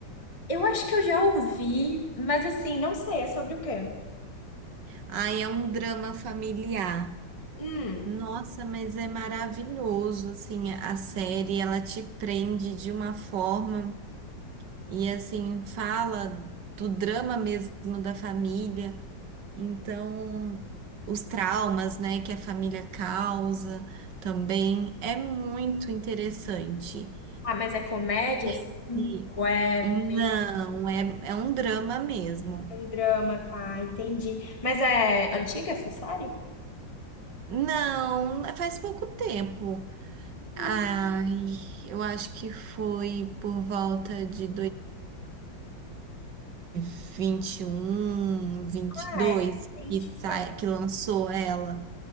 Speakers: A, on the left; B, on the right.
A: eu acho que eu já ouvi, mas assim, não sei, é sobre o quê?
B: Ai, é um drama familiar.
A: Hum.
B: Nossa, mas é maravilhoso, assim, a série, ela te prende de uma forma e, assim, fala do drama mesmo da família. Então, os traumas, né, que a família causa também é muito interessante.
A: Ah, mas é comédia?
B: Sei
A: assim?
B: se-
A: Ou é
B: Não,
A: meio
B: é, é um drama mesmo.
A: que um drama, tá? Entendi. Mas é antiga essa série?
B: Não, é, faz pouco tempo.
A: Hum,
B: Ai, eu acho que foi por volta de um 2021,
A: ah,
B: dois
A: é recente,
B: que sai,
A: então.
B: que lançou ela.